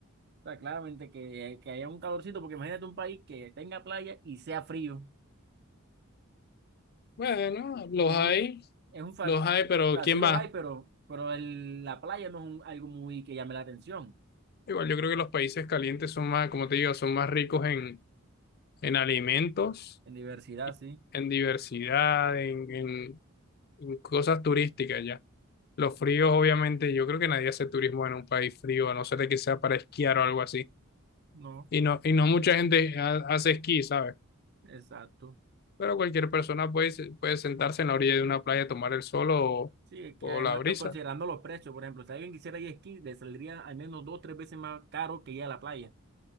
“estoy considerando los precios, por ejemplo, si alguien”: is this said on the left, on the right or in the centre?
Right